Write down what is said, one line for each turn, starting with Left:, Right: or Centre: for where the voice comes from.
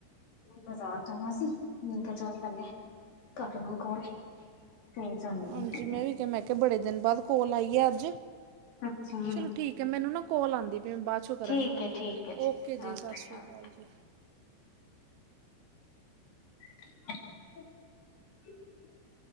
Left: ਬਾਜ਼ਾਰ ਜਾਣਾ ਸੀ। ਮੈ ਕੇਆ ਚੱਲ ਪੈਲਾ ਤਾਡੇ ਨਾਲ ਕੋਲ ਫੇਰ ਜਾਂਦੀ
Right: ਹਾਂਜੀ,
Left: ਹਾਂ
Right: ਮੈਂ ਵੀ ਕਿਹਾ ਮੈਂ ਕਿਹਾ ਬੜੇ ਦਿਨ ਬਾਅਦ ਕੋਲ ਆਈ ਹੈ, ਅੱਜ
Left: ਅੱਛਾ
Right: ਚਲੋ ਠੀਕ। ਮੈਨੂੰ ਨਾ ਕੋਲ ਆਂਦੀ ਵੀ ਮੈਂ ਬਾਅਦ 'ੋਂ ਕਰਾਂਗੀ
Left: ਠੀਕ
Right: ਤੁਹਾਨੂੰ
Left: ਹੈ ਠੀਕ ਹੈ
Right: ਓਕੇ, ਜੀ ਸਤਿ ਸ਼੍ਰੀ
Left: ਓਕੇ
Right: ਅਕਾਲ ਜੀ।
Left: <inaudible>